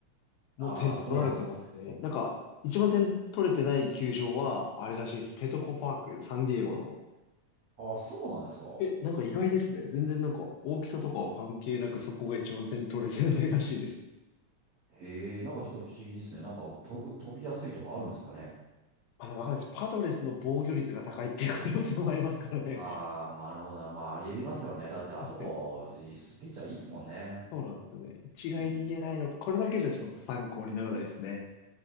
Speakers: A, on the left; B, on the right.
A: もう点取られてますね。
B: ああ、そうなんですね。
A: なんか、一番点取れてない球場は、あれらしいです。ペトコパーク、サンディエゴの。
B: ああ、そうなんですか。
A: え、なんか意外ですね。全然なんか、大きさとかは関係なく、そこが一番点取れてないらしいです。
B: へえ、なんかちょっと不思議ですね。なんか飛ぶ、飛びやすいとかあるんですかね。
A: まあ、でもわかんないです。パドレスの防御率が高いっていう可能性もありますからね。
B: ああー、まあなるほどな。まあ、ありえますよね。だって、あそこ、
A: 確かに。
B: ピッチャーいいっすもんね。
A: そうなんですよね。一概に言えないのか。
B: うん。
A: これだけじゃちょっと参考にならないですね。